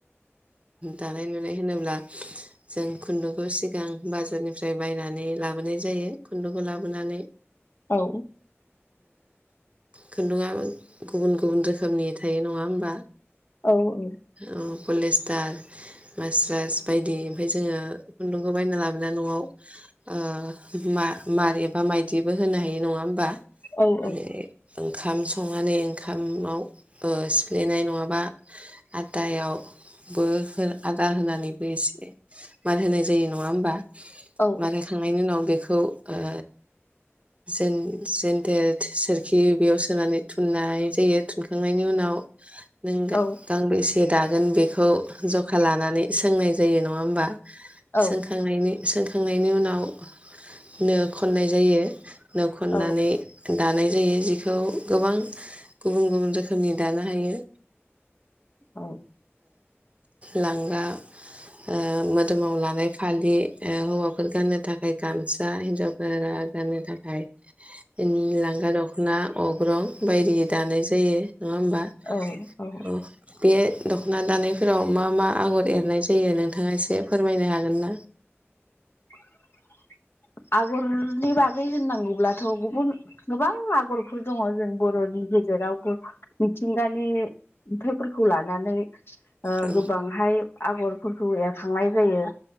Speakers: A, on the right (about 30°); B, on the left (about 55°).
A: दानाय लुनाय होनोब्ला जों खुन्दुंखौ सिगां बाजारनिफ्राय बायनानै लाबोनाय जायो खुन्दुंखौ लाबोनानै
B: औ
A: खुन्दुआ गुबुन गुबुन रोखोमनि थायो नङा होमबा
B: औ औ
A: उम पलेस्टार मास्रास बायदि ओमफाय जोङो खुन्दुंखौ बायना लाबोना न'आव ओ मा-मार एबा माइदिबो होनो हायो नङा होमबा?
B: औ
A: जेरै
B: औ।
A: ओंखाम संनानै ओंखामाव ओ सिफ्लेनाय नङाबा आटायाव बो हो आटा होनानैबो एसे मार होनाय जायो नङा होमबा?
B: औ
A: बानायखांनायनि उनाव बेखौ ओ जेन-जेनथेर सोरखि बेयाव सोनानै थुननाय जायो थुनखांनायनि उनाव <unintelligible> नों गा-गांब्रैसे
B: औ
A: दागोन बेखौ ज'खा लानानै सोंनाय जायो नङा होमबा?
B: औ
A: सोंखांनायनि सोंखांनायनि उनाव नो खननाय जायो। नो खननानै
B: औ
A: दानाय जायो जिखौ गोबां गुबुन गुबुन रोखोमनि दानो हायो।
B: औ
A: लांगा ओ मोदोमाव लानाय फालि ओ हौवाफोर गाननो थाखाय गामसा हिनजावफोरा आ गाननो थाखाय <unintelligible> लांगा दख'ना अग्रं बायदि दानाय जायो नङा होमबा
B: औ औ
A: अ बे दख'ना दानायफोराव मा मा आगर एरनाय जायो नोंथाङा एसे फोरमायनो हागोन ना?
B: <inaudible> आगरनि बागै होननांगौब्लाथ' गुबुन गोबां आगरफोर दङ जों बर'नि गेजेर रावखो मिथिंगानि नुथाइफोरखौ लानानै ओ
A: औ
B: गोबांहाय आगरफोरखौ एरखांनाय जायो।